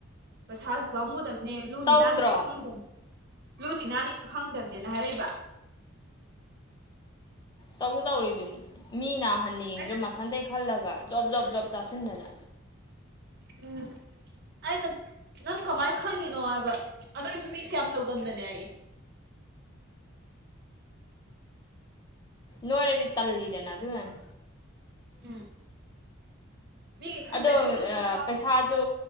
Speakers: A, on the right; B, on the left.
A: ꯄꯩꯁꯥꯁꯨ ꯄꯥꯝꯃꯨꯗꯕꯅꯦ ꯂꯨ
B: ꯇꯧꯗ꯭ꯔꯣ
A: ꯅꯥꯅꯤꯁꯨ ꯈꯪꯗꯕꯅꯦ ꯂꯨ ꯅꯥꯅꯤꯁꯨ ꯈꯪꯗꯕꯅꯦꯅ ꯍꯥꯏꯔꯛꯏꯕ
B: ꯇꯧꯁꯨ ꯇꯧꯔꯤꯗꯨꯅꯤ ꯃꯤ ꯍꯟꯅ ꯌꯦꯡꯗ꯭ꯔ
A: ꯑꯩꯅ
B: ꯃꯊꯟꯇꯩ ꯈꯜꯂꯒ ꯖꯣꯕ ꯖꯣꯕ ꯖꯣꯕ ꯆꯥꯁꯤꯟꯗꯅ
A: ꯎꯝ ꯑꯩꯅ ꯅꯪ ꯀꯃꯥꯏꯅ ꯈꯪꯉꯤꯅꯣ ꯍꯥꯏꯕ ꯑꯔꯣꯏꯕ ꯃꯤꯁꯦ ꯌꯥꯝ ꯇꯧꯒꯟꯕꯅꯦ ꯑꯩ
B: ꯅꯣꯏꯔꯗꯤ ꯇꯜꯂꯤꯗꯅ ꯑꯗꯨ ꯅꯅꯤ
A: ꯎꯝ ꯃꯤꯒꯤ ꯈꯟꯗꯅꯦ
B: ꯑꯗꯣ
A: ꯆꯣ ꯆꯣ ꯆ
B: ꯄꯩꯁꯥꯁꯨ